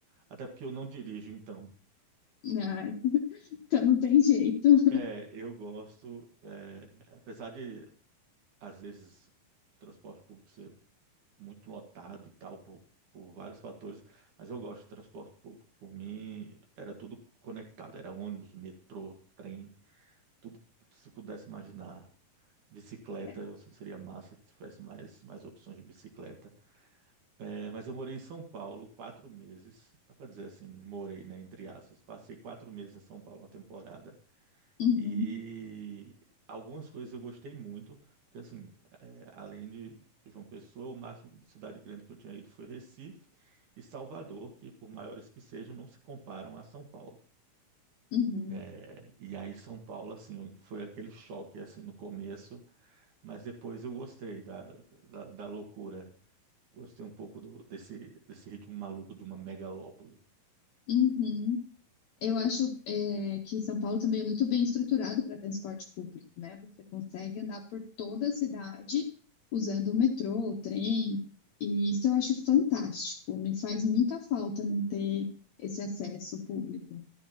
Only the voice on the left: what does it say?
Ah, então não tem jeito.
É.
Uhum,
uhum,
uhum. Eu acho é, que São Paulo também é muito bem estruturado para transporte público, né? Você consegue andar por toda a cidade usando o metrô, o trem, e isso eu acho fantástico. Me faz muita falta não ter esse acesso público